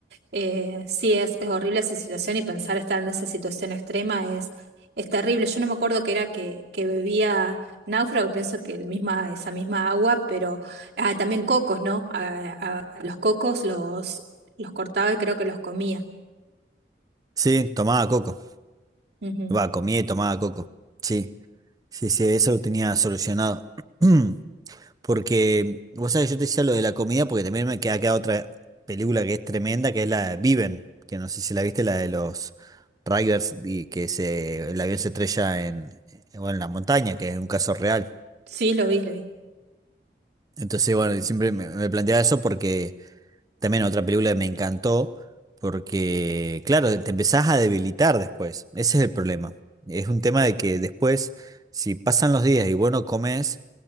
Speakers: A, on the right (about 75°); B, on the right (about 20°).
A: Eh, sí, es, es horrible esa situación y pensar estar en esa situación extrema es, es terrible. Yo no me acuerdo que era que, que bebía náufrago, pienso que el misma, esa misma agua, pero ah, también cocos, ¿no? A, a- a los cocos los, los cortaba y creo que los comía.
B: Sí, tomaba coco.
A: Ujú.
B: Va, comía y tomaba coco. Sí, sí, sí, eso lo tenía solucionado. <clears throat> Porque, vos sabés, yo te decía lo de la comida porque también me queda acá otra película que es tremenda, que es la de Viven, que no sé si la viste, la de los Riders, y que se, el avión se estrella en, bueno, en la montaña, que es un caso real.
A: Sí, lo vi, lo vi.
B: Entonces, bueno, siempre me, me planteaba eso porque también otra película que me encantó porque, claro, te empezás a debilitar después. Ese es el problema. Es un tema de que después, si pasan los días y vos no comes,